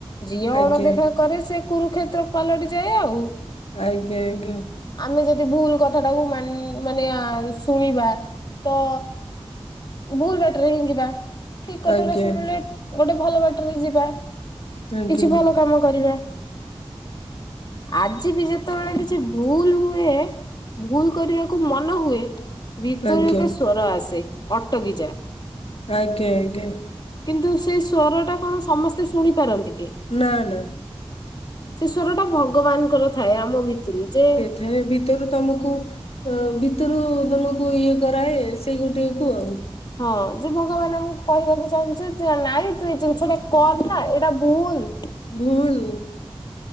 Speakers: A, on the left; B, on the left.
A: ଝିଏ ଅଣଦେଖା
B: ଆଜ୍ଞା
A: କରେ ସେ କୁରୁକ୍ଷେତ୍ର ପାଲଟି ଯାଏ ଆଉ।
B: ଆଜ୍ଞା ଆଜ୍ଞା
A: ଆମେ ଯଦି ଭୁଲ କଥା ଟାକୁ ମନ୍ ମାନେ ଶୁଣିବା ତ ଭୁଲ ବାଟରେ ହିଁ ଯିବା ଠିକ କଥାଟା
B: ଆଜ୍ଞା
A: ଶୁଣିଲେ ଗୋଟେ ଭଲ ବାଟରେ ଯିବା।
B: ଆଜ୍ଞା
A: କିଛି ଭଲ କାମ କରିବା। ଆଜି ବି ଯେତେବେଳେ କିଛି ଭୁଲ ହୁଏ ଭୁଲ କରିବାକୁ ମନ ହୁଏ। ଭିତରୁ
B: ଆଜ୍ଞା
A: ଏକ ସ୍ଵର ଆସେ ଅଟଗିଯା।
B: ଆଜ୍ଞା ଆଜ୍ଞା
A: କିନ୍ତୁ ସେଇ ସ୍ଵରଟା କଣ ସମସ୍ତେ ଶୁଣି ପାରନ୍ତି କି?
B: ନା ନା
A: ସେ ଶ୍ଵର ଟା ଭଗବାନଙ୍କର ଥାଏ ଆମ ଭିତରୁ ଯେ
B: ଏ ଭିତରୁ ତମକୁ ଅ ଭିତରୁ ତମକୁ ଇଏ କରାଏ ସେଇ ଗୋଟେକୁ ଆଉ
A: ହଁ ଯେ ଭଗବାନ ଆମକୁ କହିବାକୁ ଚାହାଁନ୍ତି ଯେ ନାଇଁ ତୁ ଏଇ ଜିନିଷ ଟା କରନା ଏଇଟା ଭୁଲ।
B: ଭୁଲ